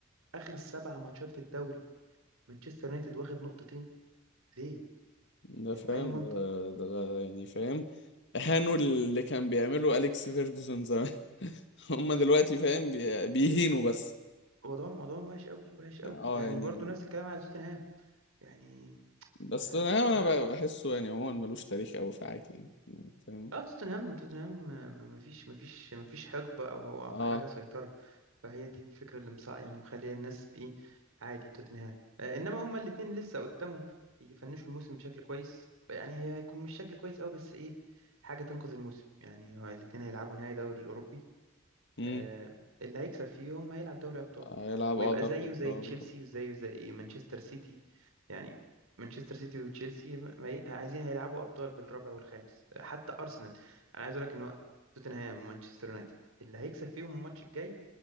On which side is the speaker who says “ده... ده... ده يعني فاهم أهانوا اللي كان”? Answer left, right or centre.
Left